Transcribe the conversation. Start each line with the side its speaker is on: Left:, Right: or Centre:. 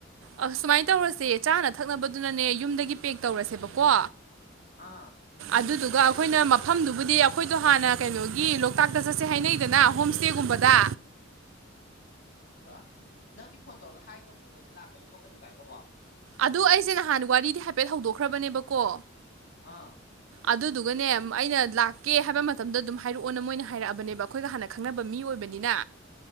Right: ꯑꯁ ꯁꯨꯃꯥꯏꯅ ꯇꯧꯔꯁꯦ ꯆꯥꯅ ꯊꯛꯅꯕꯗꯨꯅꯅꯦ ꯌꯨꯝꯗꯒꯤ ꯄꯦꯛ ꯇꯧꯔꯁꯦꯕꯀꯣ
Left: ꯑꯥ
Right: ꯑꯗꯨꯗꯨꯒ ꯑꯩꯈꯣꯏꯅ ꯃꯐꯝꯗꯨꯕꯨꯗꯤ ꯑꯩꯈꯣꯏꯗꯣ ꯍꯥꯟꯅ ꯀꯩꯅꯣꯒꯤ ꯂꯣꯛꯇꯥꯛꯇ ꯆꯠꯁꯦ ꯍꯥꯏꯅꯩꯗꯅ ꯍꯣꯝꯁ꯭ꯇꯦꯒꯨꯝꯕꯗ
Left: ꯑ ꯅꯪꯗꯤ ꯐꯣꯟ ꯇꯧꯔꯒ ꯍꯥꯢꯒ꯭ꯔꯕꯣ ꯃꯣꯏꯗ ꯂꯥꯛꯀꯅꯤ ꯈꯣꯠꯀꯅꯤ ꯀꯥꯏꯒꯕꯣ
Right: ꯑꯗꯨ ꯑꯩꯁꯦ ꯅꯍꯥꯟ ꯋꯥꯔꯤꯗꯤ ꯍꯥꯏꯐꯦꯠ ꯍꯧꯗꯣꯛꯈ꯭ꯔꯕꯅꯦꯕꯀꯣ
Left: ꯑꯥ
Right: ꯑꯗꯨꯗꯨꯒꯅꯦ ꯑꯩꯅ ꯂꯥꯛꯀꯦ ꯍꯥꯏꯕ ꯃꯇꯝꯗ ꯑꯗꯨꯝ ꯍꯥꯏꯔꯛꯑꯣꯅ ꯃꯣꯏꯅ ꯍꯥꯏꯔꯛꯑꯕꯅꯦꯕ ꯑꯩꯈꯣꯏꯒ ꯍꯥꯟꯅ ꯈꯪꯅꯕ ꯃꯤ ꯑꯣꯏꯕ ꯅꯤꯅ